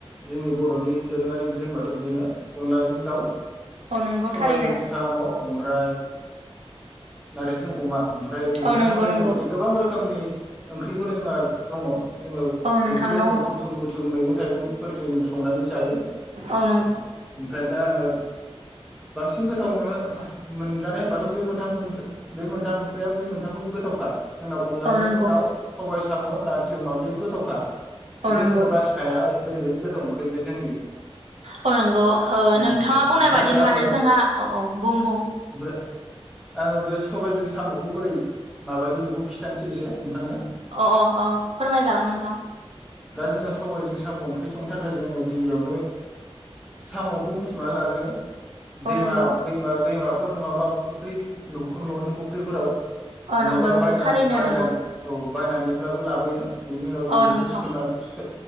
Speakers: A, in the centre; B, on the right (about 80°).
A: जोंनि बरनि दोरोङारि ओंख्रि होनबा थ बेनो अनलाजों दाउ
B: औ नंगौ
A: सबायजों
B: थारैनो
A: साम ओमफ्राय नारजिजों अमा ओमफ्राय मैथाना
B: औ नंगौ
A: बायदि
B: नंगौ
A: बायदि गोबां रोखोमनि ओंख्रिफोर जोंहा दङ जोङो
B: औ नोंथां
A: बेफोरखौ
B: दङ
A: जोङो बुथुम बुथुम मैगं थाइगं फोरजों जों संनानै जायो ओमफ्राय
B: औ नंगौ
A: दा आङो बांसिन गोथाव मोनो मोनजानाय होनबाथ बे मोनथाम बे मोनथाम ओंख्रिया बे मोनथामबो गोथावखा जोंनाव अनलाजों
B: औ नंगौ
A: दाउ बाय साम नारजि अमा बे गोथावखा
B: औ
A: बेखौ
B: नंगौ
A: जोङो बासिनो हाया ओरैबायदि गोथाव ओंख्रै बे जोंनि
B: औ नोंगौ
A: उम
B: नोंथाङा बुंनाय
A: ओमफ्राय
B: बादि
A: आङो
B: माने जोंहा अ अ बुं बुं
A: ओमफ्राय आङो बे सबायजों सामखौ बोरै माबायो बेखौ खिथानोसै एसे नोंथांनो
B: अ अ अ फोरमायजागोन नोंथां
A: दा जोङो सबाइजों साम ओंख्रि संनो थाखाय जोङो गिबियावनो सामखौ बुथुमनानै लाग्रोयो दैमा
B: औ नंगौ
A: दैमा दैमा फोर नङाबा फुख्रि नखर ननि फुख्रिफोराव
B: औ
A: नङाबा
B: नंगौ नंगौ
A: बायनानै
B: थारैनो
A: बायनानै
B: नंगौ
A: औ बायनानैब्लाबो लाबोयो बेनि उनाव जों
B: औ
A: बेखौ
B: नोंथां
A: सोमना सो